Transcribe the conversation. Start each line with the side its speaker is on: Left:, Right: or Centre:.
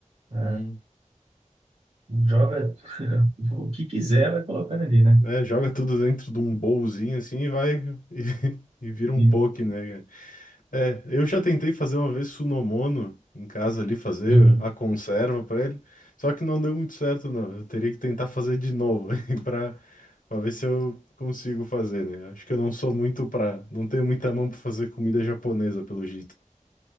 Right: é,
Left: Hum,
Right: joga <laughs> o que quiser, vai colocando ali, né?
Left: é, é, joga tudo dentro de um bowlzinho assim e vai <laughs> e, e vira um
Right: E-
Left: poke, né? cara? É, eu já tentei fazer uma vez Sunomono em casa ali, fazer
Right: Uhum.
Left: a conserva pra ele, só que não deu muito certo, não. Eu teria que tentar fazer de novo <laughs> para para ver se eu consigo fazer, né? Acho que eu não sou muito pra, não tenho muita mão pra fazer comida japonesa, pelo jeito.